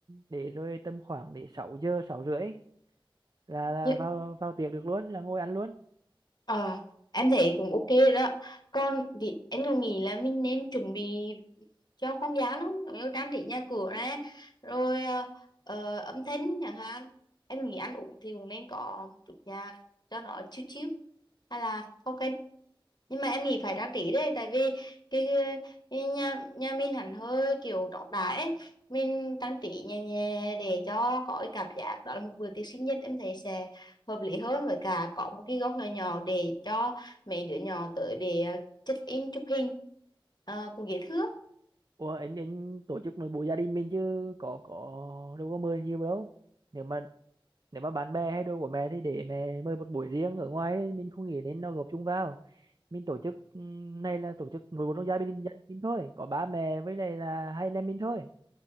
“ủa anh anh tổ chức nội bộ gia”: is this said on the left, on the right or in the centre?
Right